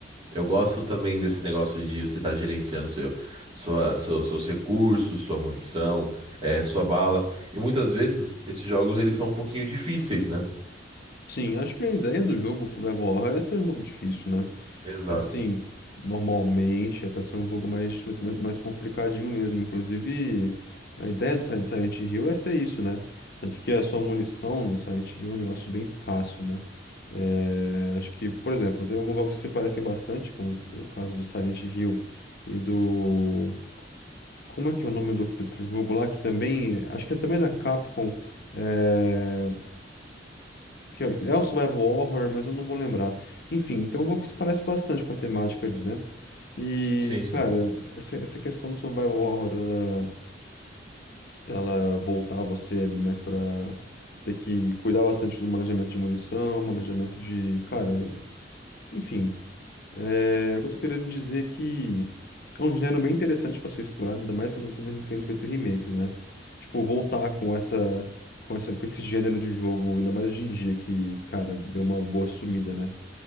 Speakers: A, on the right; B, on the left.
A: Eu gosto também desse negócio de você estar gerenciando seu, sua, seu- seus recursos, sua munição, é, sua bala. E muitas vezes esses jogos eles são um pouquinho difíceis, né?
B: Sim, acho que a ideia do jogo Survival Horror é ser um jogo difícil, né?
A: Exato.
B: Assim, normalmente é pra ser um jogo mais, mais, mais complicadinho mesmo. Inclusive, a ideia do Silent Silent Hill é ser isso, né? Tanto que a sua munição no Silent Hill é um negócio bem escasso, né? É, acho que, por exemplo, tem alguns jogos que se parecem bastante, como o caso do Silent Hill e do. Como é que é o nome do outro jogo lá? Que também. Acho que é também da Capcom. é, que é é um survival horror, mas eu não vou lembrar. Enfim, então é um jogo que se parece bastante com a temática ali, né? E,
A: Sim, sim.
B: cara, essa, essa questão do survival horror, ela, ela voltar você ali mais pra ter que cuidar bastante do manejamento de munição, manejamento de, cara, enfim. É, o que eu tô querendo dizer é que é um gênero bem interessante para ser explorado, ainda mais fazendo sendo, sendo feito remakes, né? Tipo, voltar com essa, com essa, com esse gênero de jogo, ainda mais hoje em dia que, cara, deu uma boa sumida, né?